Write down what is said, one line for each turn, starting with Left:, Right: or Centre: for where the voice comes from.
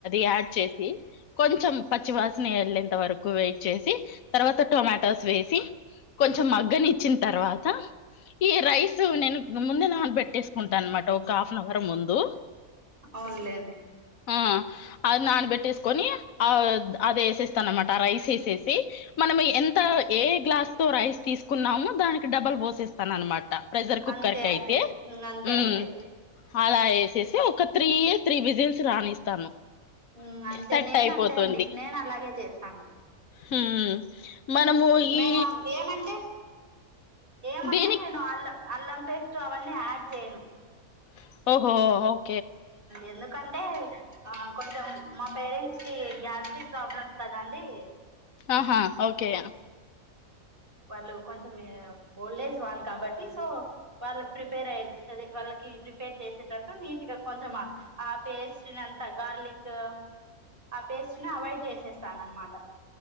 Left: యాడ్ చేసి కొంచెం పచ్చివాసన యేళ్లేంతవరకు వెయిట్ చేసి తరువాత టమాటోస్ వేసి కొంచెం మగ్గనిచ్చిన్ తరువాత ఈ రైస్ తు నేను ముందే నాన్ పెట్టేసుకుంటాను అనమాట ఒక హాఫ్ అన్ అవర్ ముందు
Right: అవునులేండి అవునులేండి
Left: ఆ అది నను వెట్టేసుకొని ఆ అది వేసేస్తానమాట ఆ రైస్ వేసేసి మనం ఎంత ఏ గ్లాస్ తో రైస్ తీసుకున్నామో దానికి డబల్ పోసేస్తాను అనమాట ప్రెషర్ కుక్కర్
Right: అంతే
Left: కి
Right: అంతే
Left: అయితే
Right: అంతే
Left: ఉమ్
Right: అంతే
Left: అలా వేసేసి ఒక త్రీయ త్రీ విజిల్స్ రాణిస్తాను
Right: మ్ అంతే
Left: సెట్
Right: నేన్
Left: అయిపోతుంది
Right: అంతే అండి నేను అలాగే చేస్తాను
Left: హ్మ్ మనము
Right: మేము
Left: ఈ
Right: ఏమంటే ఏమంటే
Left: దీనికి
Right: నేను అల్లం అల్లం పేస్ట్ అవ అన్ని యాడ్ చేయను
Left: ఓహోఓ
Right: ఎందుకంటే ఆ కొంచెం మామ్ పేరెంట్స్ సి గ్యాస్టిక్ ప్రాబ్లమ్ కదాండి
Left: ఆహా ఓకే
Right: వాళ్ళు కొంచెం ఓల్డ్ ఏజ్ వాళ్ళు కాబట్టి సో వాళ్ళకి ప్రిపేర్ అయి వాళ్ళకి ప్రిపేర్ చేసేటట్టు నీట్గా కొంచెమా ఆ పేస్ట్ ని అంత గార్లిక్ ఆ పేస్ట్ ని అవాయిడ్ చేసేస్తాను అనమాట